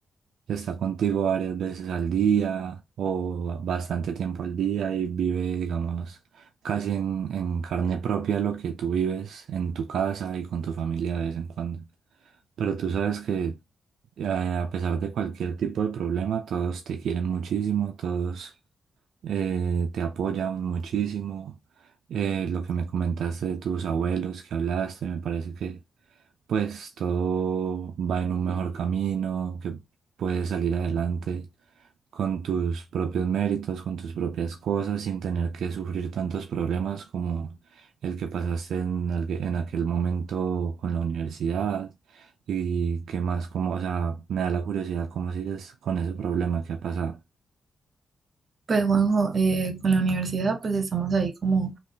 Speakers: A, on the right; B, on the right.
A: está contigo varias veces al día o bastante tiempo al día y vive, digamos, casi en, en carne propia lo que tú vives en tu casa y con tu familia de vez en cuando. Pero tú sabes que eh, a pesar de cualquier tipo de problema, todos te quieren muchísimo, todos eh, te apoyan muchísimo. Eh, lo que me comentaste de tus abuelos, que hablaste, me parece que pues todo va en un mejor camino, que puedes salir adelante con tus propios méritos, con tus propias cosas, sin tener que sufrir tantos problemas como el que pasaste en, algue- en aquel momento con la universidad. Y que más, como, o sea, me da la curiosidad cómo sigues con ese problema que ha pasado.
B: Pues Juanjo, eh, con la universidad pues estamos ahí como